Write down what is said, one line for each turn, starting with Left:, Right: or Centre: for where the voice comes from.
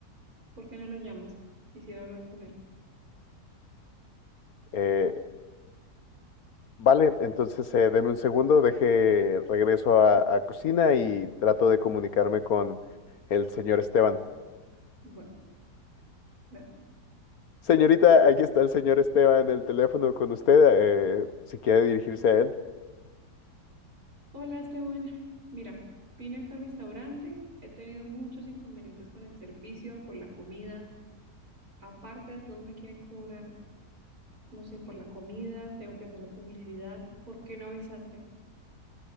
Right: ¿Por qué no lo llamas? Quisiera hablar con él.
Left: Eh, vale, entonces eh, deme un segundo, deje, regreso a, a cocina y trato de comunicarme con el señor Esteban.
Right: Bueno, gracias.
Left: Señorita, aquí está el señor Esteban en el teléfono con usted. eh, si quiere dirigirse a él.
Right: Hola, Esteban. Mira, vine acá al restaurante. He tenido muchos inconvenientes con el servicio, con la comida. Aparte de todo, me quieren cobrar, no sé, por la comida, tengo que hacer la publicidad. ¿Por qué no avisaste?